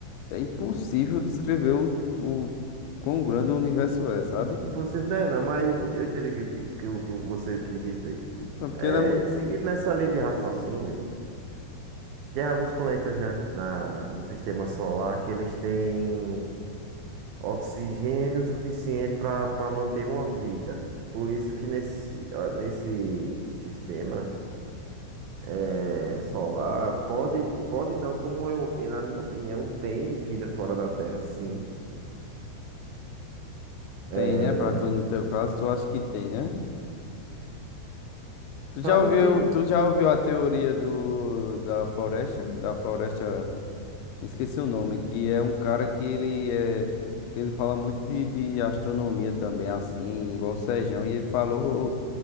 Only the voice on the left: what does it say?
é impossível descrever o, o quão grande o universo é, sabe?
Então, porque
ele é muito.
é
Tem, né? Pra tu, no teu caso, tu acha que tem, né? Tu
já
ouviu,
tu já ouviu a teoria do, da floresta? Da floresta. me esqueci o nome, que é um cara que ele é, que ele fala muito de, de astronomia também, assim, igual o Sejão, e ele falou,